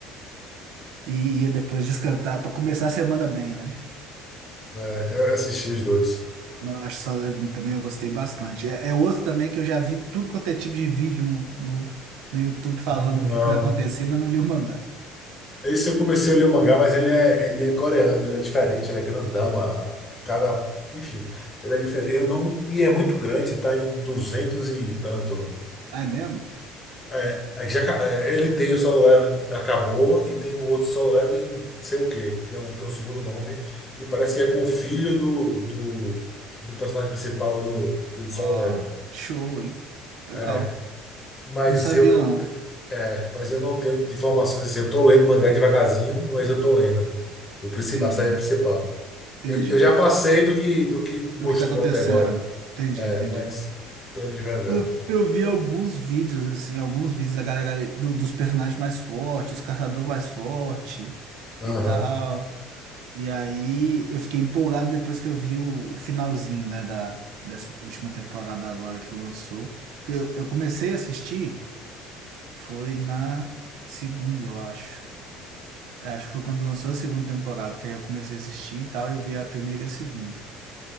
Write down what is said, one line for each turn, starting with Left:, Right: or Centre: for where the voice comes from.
Right: e ia depois descantar pra começar a semana bem, né?
Left: É, eu assisti os dois.
Right: Nossa, Living também eu gostei bastante. É, é outro também que eu já vi tudo quanto é tipo de vídeo no, no, no YouTube falando
Left: Não.
Right: do que, que vai acontecer, mas não li o mangá.
Left: Esse eu comecei a ler o mangá, mas ele é, ele é coreano, ele é diferente, ele é grandão, a, o cara, enfim, ele é diferente. Eu não, e é muito grande, tá em 200 e tanto.
Right: Ah, é mesmo?
Left: É, aí já, ca- é, ele tem o Solo Leveling, acabou, e tem o outro Solo Leveling, sei o quê, tem um, tem um segundo nome, que parece que é com o filho do, do, do personagem principal do, do Solo
Right: Ó,
Left: Leveling.
Right: show, hein? Legal.
Left: É, mas
Right: Não sabia,
Left: eu não,
Right: não.
Left: te- é, mas eu não tenho informações assim, eu tô lendo o mangá devagarzinho, mas eu tô lendo. O principal,
Right: Entendi,
Left: a série principal.
Right: entendi.
Left: Eu, eu já passei do que, do que mostrou
Right: Do que tá acontecendo.
Left: até agora.
Right: Entendi,
Left: É,
Right: entendi.
Left: mas tô indo devagar.
Right: Eu eu vi alguns vídeos, assim, alguns vídeos da galera do- dos personagens mais fortes, os caçadores mais fortes
Left: Aham.
Right: e tal. E aí eu fiquei empolgado depois que eu vi o, o finalzinho, né, da, dessa última temporada agora que lançou. Porque Eu, eu comecei a assistir, foi na segunda, eu acho. É, acho que foi quando lançou a segunda temporada, que aí eu comecei a assistir e tal, eu vi a primeira e a segunda.